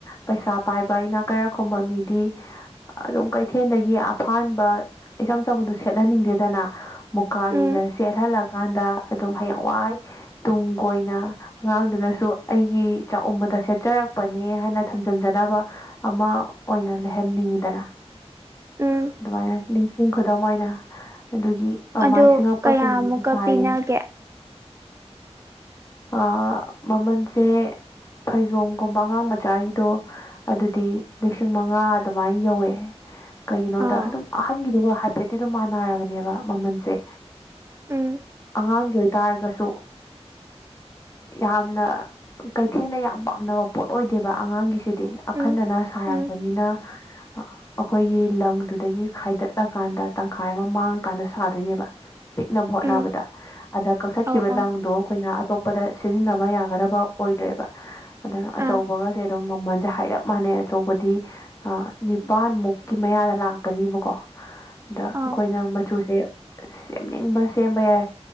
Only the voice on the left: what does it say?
ꯄꯩꯁꯥ ꯄꯥꯏꯕ ꯏꯅꯥꯛ ꯀꯩꯔꯥꯛ ꯈꯨꯟꯕ ꯒꯤꯗꯤ ꯑꯗꯨꯝ ꯀꯩꯊꯦꯜꯗꯒꯤ ꯑꯐꯥꯟꯕ ꯏꯆꯝ ꯆꯝꯕꯗ ꯁꯦꯠꯍꯟꯅꯤꯡꯗꯦꯗꯅ ꯃꯨꯀꯥꯒꯤꯒ
ꯁꯦꯠꯍꯜꯂꯛꯀꯥꯟꯗ ꯑꯗꯨꯝ ꯍꯌꯦꯡ ꯋꯥꯏ ꯇꯨꯡ ꯀꯣꯏꯅ ꯑꯉꯥꯡꯗꯨꯅꯁꯨ ꯑꯩꯒꯤ ꯆꯥꯛꯕꯗ ꯁꯦꯠꯆꯔꯛꯄꯅꯦ ꯍꯥꯏꯅ ꯊꯝꯖꯤꯟꯖꯅꯕ ꯑꯃ ꯑꯣꯏꯅ ꯂꯩꯍꯟꯅꯤꯡꯉꯤꯗꯅ
ꯑꯗꯨꯃꯥꯏꯅ ꯅꯤꯡꯁꯤꯡ ꯈꯨꯗꯝ ꯑꯣꯏꯅ ꯑꯗꯨꯒꯤ ꯑꯗꯨꯃꯥꯏ
ꯁꯤꯡꯉꯛꯄꯁꯤꯡꯗꯨꯁꯨ
ꯁꯥꯏꯌꯦ
ꯑꯥ ꯃꯃꯟꯁꯦ ꯐꯩꯖꯣꯝꯒꯨꯝꯕ ꯑꯉꯥꯡ ꯃꯆꯥꯒꯤꯗꯣ ꯑꯗꯨꯗꯤ ꯂꯤꯁꯤꯡ ꯃꯉꯥ ꯑꯗꯨꯃꯥꯏꯅ ꯌꯧꯋꯦ ꯀꯩꯒꯤꯅꯣꯗ
ꯗꯨꯝ ꯑꯍꯟꯒꯤꯗꯨꯒ ꯍꯥꯏꯐꯦꯠꯇꯤ ꯑꯗꯨꯝ ꯃꯥꯟꯅꯔꯕꯅꯦꯕ ꯃꯃꯟꯁꯦ
ꯑꯉꯥꯡꯒꯤ ꯑꯣꯏꯇꯥꯔꯒꯁꯨ ꯌꯥꯝꯅ ꯀꯩꯊꯦꯜꯗ ꯌꯥꯝ ꯄꯥꯝꯅꯕ ꯄꯣꯠ ꯑꯣꯏꯗꯦꯕ ꯑꯉꯥꯡꯒꯤꯁꯤꯗꯤ ꯑꯈꯟꯅꯅ
ꯁꯥꯔꯛꯄꯅꯤꯅ
ꯑ <inaudible> ꯑꯩꯈꯣꯏꯒꯤ ꯂꯪꯗꯨꯗꯒꯤ ꯈꯥꯏꯗꯠꯂꯀꯥꯟꯗ ꯇꯪꯈꯥꯏ ꯑꯃ ꯃꯥꯡꯉꯀꯥꯟꯗ ꯁꯥꯗꯣꯏꯅꯦꯕ ꯄꯤꯛꯅꯕ ꯍꯣꯠꯅꯕꯗ
ꯑꯗ ꯀꯛꯊꯠꯈꯤꯕ
ꯂꯪꯗꯣ ꯑꯩꯈꯣꯏꯅ ꯑꯇꯣꯞꯄꯗ ꯁꯤꯖꯤꯟꯅꯕ ꯌꯥꯒꯗꯕ ꯑꯣꯏꯗ꯭ꯔꯦꯕ ꯑꯗꯨꯅ ꯑꯆꯧꯕꯒꯁꯦ
ꯑꯗꯨꯝ ꯃꯃꯜꯁꯦ ꯍꯥꯏꯔꯞ ꯃꯥꯟꯅꯩ ꯑꯆꯧꯕꯗꯤ ꯑ ꯅꯤꯄꯥꯥꯟꯃꯨꯛꯀꯤ ꯃꯌꯥꯗ ꯂꯥꯛꯀꯅꯤꯕꯀꯣ ꯑꯗ
ꯑꯩꯈꯣꯏꯅ ꯃꯆꯨꯁꯦ ꯁꯦꯝꯅꯤꯡꯕ ꯁꯦꯝꯕ ꯌꯥꯏ